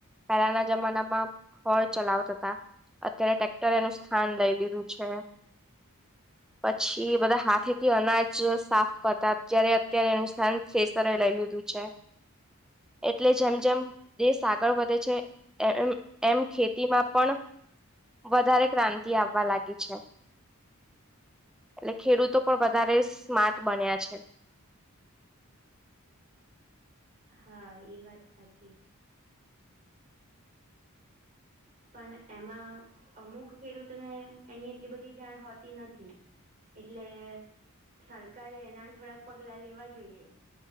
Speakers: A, in the centre; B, on the right.
A: પહેલાના જમાનામાં હડ ચલાવતા હતા. અત્યારે ટ્રેક્ટર એનું સ્થાન લઈ લીધું છે. પછી બધા હાથેથી અનાજ સાફ કરતા અત્યારે અત્યારે એનું સ્થાન ખેસરે લઈ લીધું છે એટલે જેમ જેમ દેશ આગળ વધે છે. એ એમ એમ ખેતીમાં પણ વધારે ક્રાંતિ આવવા લાગી છે. એટલે ખેડૂતો પણ વધારે સ્માર્ટ બન્યા છે.
B: હા એ વાત સાચી પણ એમાં અમુક ખેડૂતોને એની એટલી બધી જાણ હોતી નથી. એટલે સરકારે એના થોડાક પગલા લેવા જોઈએ.